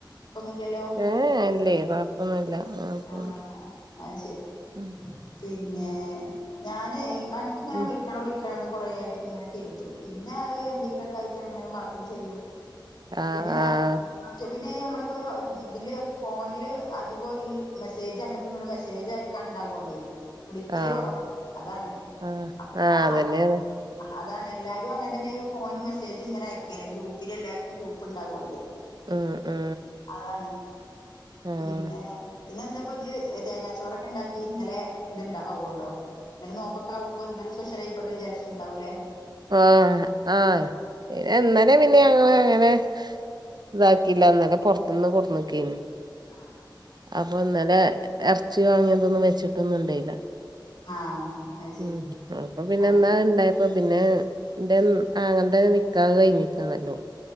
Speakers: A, on the left; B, on the right.
A: ഇല്ലല്ലോ പര
B: ഏഹ്
A: കൊയ്പ്പന്നല്ലോല്ല
B: ഇല്ലേ കൊഴപ്പൊന്നുല്ല അങ്ങനെ പോണ്ട്
A: ആഹ് ആഹ് ശരി.
B: ഉം
A: പിന്നെ
B: ഉം
A: ഞാന് അനക്ക് ഇന്നലെ
B: ഉം
A: വിളി വിളിക്കണംന്ന് കൊറേ ആയിട്ടും ഇങ്ങനെ കരുതും പിന്നെ അത് എന്തെങ്കിലുമൊക്കെ ആയിട്ട് അങ്ങനെ മർക്കും ചെയ്യും
B: ആഹ്
A: പിന്നെ
B: ആഹ്
A: പിന്നെ നമ്മളിപ്പോ ഇതില് ഫോണില് അധികം ഈ മെസ്സേജ് അങ്ങോട്ട് മെസ്സേജ് ആഹ് ണ്ടാവണ്ടേ വിളിക്കല്
B: ആഹ്
A: കൊറവാണ് അതാണ്
B: ആഹ് ആഹ്
A: അ
B: അതന്നെയാണ്
A: അതാണ് എല്ലാരും അനെ തന്നെ ഫോണ മെസേജ് ഇങ്ങനെക്കല്ലേ ഗൂപ്പിൽ എല്ലരും ഗ്രൂപ്പ ഉണ്ടാകോണ്ടേ
B: ഉം ഉം.
A: അതാണ്.
B: ആഹ്
A: പിന്നെ ഇന്നെന്താപ്പതിയ തേങ്ങാച്ചോറൊക്കെ ഇണ്ടാക്കി ഇന്നലെ ഇത്ണ്ടാവണ്ടോ. എന്നല്ല നോബക്കാവുമ്പ ഇപ്പ ഇന്നാലും സ്പെഷൽ ആയിക്കോട്ടെ എന്ന് വിചാരിച്ച് ഉണ്ടാവുലേ
B: ആഹ് ആഹ് ഏഹ് ഇന്നലെ പിന്നെ ഞങ്ങള്ങ്ങനെ താക്കില്ല ഇന്നല്ലെ പൊറ്ത്ത്ന്ന് കൊട്ന്ന്ക്കേന്നു
A: ആഹ്.
B: അപ്പൊ ഇന്നലെ എർച്ചി വാങ്ങ്യെതൊന്നും വെച്ചിട്ടൊന്നുണ്ടയില്ല
A: ആ അത് ശരി
B: ഉം അപ്പൊ പിന്നെ
A: ആ
B: ഇന്നാണ്ടായി അപ്പൊ പിന്നെ ഇന്റെ ആങ്ങൾൻ്റെ നിക്കാഹ് കഴിഞ്ഞിക്കാണല്ലോ.